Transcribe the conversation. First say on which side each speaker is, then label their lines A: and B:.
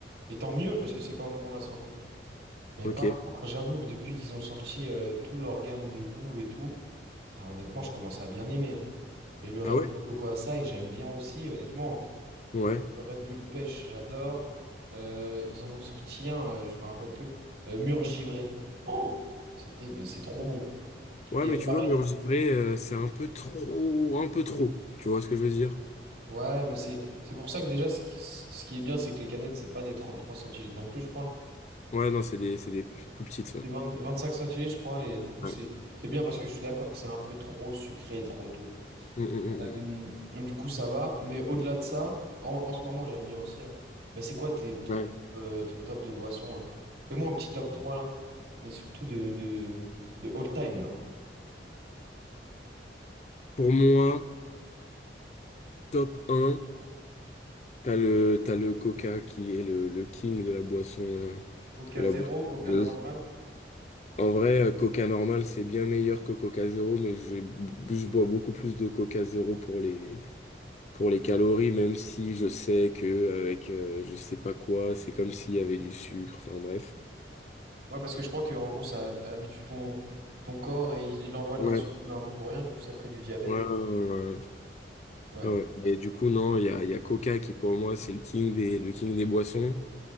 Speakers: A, on the right; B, on the left.
A: Et tant mieux, parce que c'est pas bon pour la santé. Mais
B: ok.
A: par contre, j'avoue que depuis qu'ils ont sorti euh, tout leur gamme de goût et tout. Ah, honnêtement, je commence à bien aimer. hein. Et le Red
B: Ah ouais?
A: Bull Coco Açaï, j'aime bien aussi, honnêtement.
B: Ouais.
A: Euh, le Red Bull Pêche, j'adore. Euh, ils en ont sorti un, euh, je me rappelle plus. Euh, Mur Givré. Oh! C'était, mais c'est trop bon.
B: Ouais,
A: Et
B: mais
A: euh,
B: tu
A: pareil.
B: vois, mur givré, euh, c'est un peu trop, un peu trop. Tu vois ce que je veux dire?
A: Ouais, mais c'est c'est pour ça que déjà, ce qui, ce qui est bien, c'est que les canettes, c'est pas des 33 centilitres non plus, je crois.
B: Ouais, non, c'est des, c'est des plus petites, ouais.
A: C'est vingt vingt cinq centilitres, je crois. Et du coup,
B: Ouais.
A: c'est c'est bien parce que je suis d'accord que c'est un peu trop sucré et trop tout.
B: Mm, mm,
A: Hum,
B: mm,
A: Du coup, ça va. Mais au-delà de ça, en, en ce moment, j'aime bien aussi. hein. Mais c'est quoi tes, ton,
B: mm. Ouais.
A: top, euh, ton top de boisson euh Fais-moi un petit top 3 là. Mais surtout de, de, de all time, genre.
B: Pour moi, top un t'as le, t'as le Coca qui est le, le king de la boisson, euh,
A: Coca
B: de la
A: zéro,
B: boisson
A: Coca
B: gazeuse.
A: normal.
B: En vrai, euh, Coca normal, c'est bien meilleur que Coca zéro, mais je, je bois beaucoup plus de Coca zéro pour les, pour les calories, même si je sais que euh, avec euh, je sais pas quoi, c'est comme s'il y avait du sucre, enfin bref.
A: Ouais, parce que je crois que en gros, ça hab- habitue ton, ton corps et il, il envoie
B: Ouais,
A: de l'insuline, mais un peu pour rien. Du coup, ça crée du diabète.
B: ouais, ouais, ouais,
A: Ouais.
B: ouais, ouais. Mais du coup, non, il y a, il y a Coca qui pour moi c'est le king des, le king des boissons.